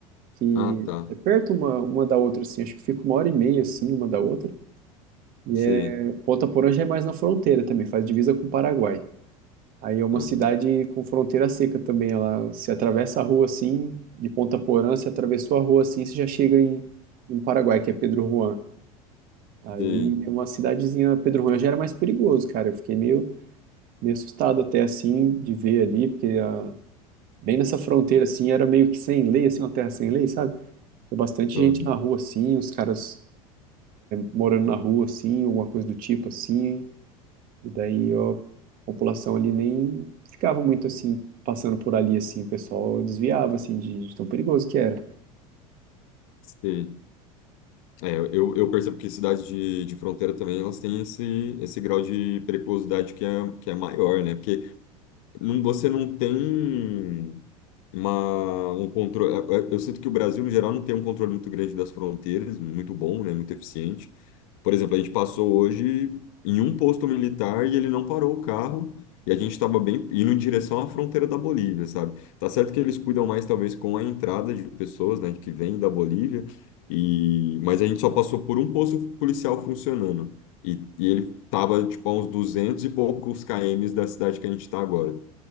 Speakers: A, on the right; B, on the left.
A: que
B: ah, tá,
A: é perto uma, uma da outra, assim, acho que fica uma hora e meia, assim, uma da outra. E
B: sei,
A: é, Ponta Porã já é mais na fronteira também, faz divisa com o Paraguai. Aí é uma
B: aham,
A: cidade com fronteira seca também, ela se atravessa a rua, assim, de Ponta Porã, se atravessou a rua, assim, você já chega em, em Paraguai, que é Pedro Juan. Aí
B: sei,
A: é uma cidadezinha, Pedro Juan já era mais perigoso, cara, eu fiquei meio, meio assustado até, assim, de ver ali, porque a- bem nessa fronteira, assim, era meio que sem lei, assim, uma terra sem lei, sabe? Tinha bastante
B: aham,
A: gente na rua, assim, os caras morando na rua, assim, alguma coisa do tipo, assim, e daí ó, a população ali nem ficava muito, assim, passando por ali, assim, o pessoal desviava, assim, de, de tão perigoso que era.
B: sei. É, eu, eu percebo que cidades de, de fronteira também elas têm esse, esse grau de periculosidade que é, que é maior, né? Porque não- você não tem uma, um controle. Eu eu- eu sinto que o Brasil, no geral, não tem um controle muito grande das fronteiras, muito bom, né? Muito eficiente. Por exemplo, a gente passou hoje em um posto militar e ele não parou o carro e a gente estava bem indo em direção à fronteira da Bolívia, sabe? Tá certo que eles cuidam mais, talvez, com a entrada de pessoas, né, que vêm da Bolívia, e... mas a gente só passou por um posto policial funcionando. E, e ele estava, tipo, a uns 200 e poucos km da cidade que a gente está agora.